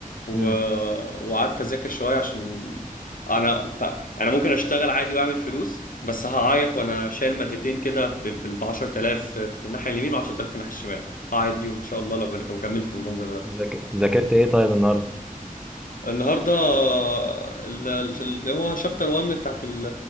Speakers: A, on the left; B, in the centre.
A: و...
B: امم
A: وقعدت اذاكر شويه عشان انا بتاع... يعني ممكن اشتغل عادي واعمل فلوس بس هعيط وانا شايل مادتين كده بال بال- 10000 في في الناحيه اليمين و10000 في الناحيه الشمال هعيط بيهم ان شاء الله لو لو كملت بالمنظر ده
B: ذاك... ذاكرت ايه طيب النهارده؟
A: النهارده ال- ال- اللي هو شابتر 1 بتاعت ال-